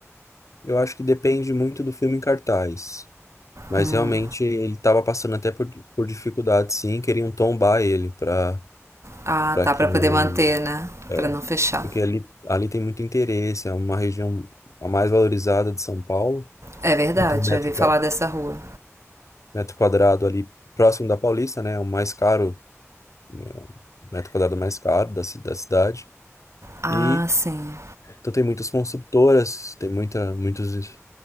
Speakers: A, on the left (about 75°); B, on the right (about 60°).
A: Eu acho que depende muito do filme em cartaz. Mas
B: Hum.
A: realmente ele estava passando até por, por dificuldade, sim. Queriam tombar ele para
B: Ah,
A: para
B: tá,
A: que
B: pra
A: não.
B: poder manter, né?
A: É,
B: Pra não fechar.
A: porque ali, ali tem muito interesse, é uma região a mais valorizada de São Paulo,
B: É verdade,
A: então tem um metro
B: já vi falar
A: quadrado,
B: dessa rua.
A: metro quadrado ali próximo da Paulista, né, é o mais caro, né, o metro quadrado mais caro da, ci- da cidade,
B: Ah,
A: e
B: sim.
A: então tem muitas construtoras, tem muita, muitos